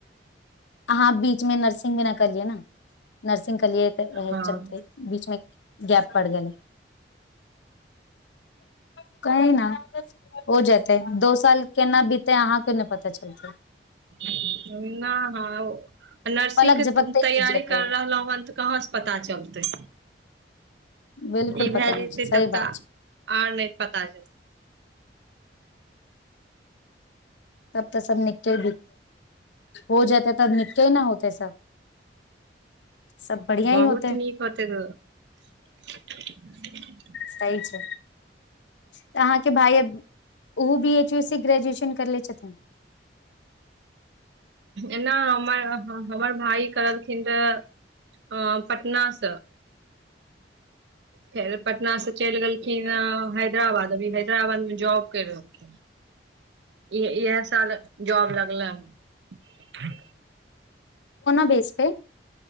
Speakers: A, on the left; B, on the right.
A: अहाँ बीच मे नर्स सिंग ना करलियए ने नर्सिंग कलियै तऽह
B: हँ
A: चलते बीचमे गैप पड़ि गेलै स कहै न हो जातेै दो साल केना बीते अहाँ के नहि पता चलत
B: नहि ह नर्सिंग
A: पलक
B: के
A: झपकते
B: तैयारी
A: बीत जेतै
B: कर रहलहु हन तऽ कहाँसँ पता चलतै
A: बिल्कुल
B: ई
A: पता
B: भए
A: नहि
B: जतै
A: छै सही
B: तब तऽ
A: बात छै
B: आर नहि पता छै
A: तब तऽ सब निकले हो जेतेै तब न केना होतै सब सब बढ़िया ही
B: बहुत
A: होतै
B: निक होते त ठ ठीक
A: सही छै तऽ अहाँके भाय अ ओहो बी एच यू स ग्रेजुएशन करले छथिन
B: एना हमर हमर भाय करलखिन रह अ पटनासँ फेर पटना से चलि गेलखिन हैदराबाद अभी हैदराबाद मे जॉब कर रहलखिन इ इह साल जॉब लगले ह
A: बेस पे